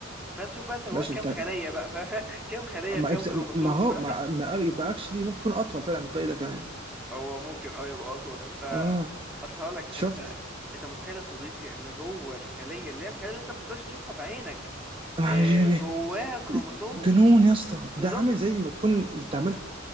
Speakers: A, in the centre; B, on the right.
A: فانت شوف بقى انت جواك
B: ماشي
A: كام
B: انت
A: خلية بقى فاهم <laughs> كام خلية
B: ما
A: بكام كروموسوم
B: ما هو
A: <laughs>
B: ما ما- يبقى اكشلي ممكن اطول فعلا من الطريق ده كمان
A: هو ممكن اه يبقى اطول انت
B: اه
A: اصل هقول لك
B: شفت
A: انت انت متخيل يا صديقي ان جوه الخليه اللي هي الخليه اللي انت ما بتقدرش تشوفها بعينك
B: آه،
A: آه، جواها كروموسوم
B: جنون يا اسطى
A: بالظبط
B: ده عامل زي ما تكون انت عملت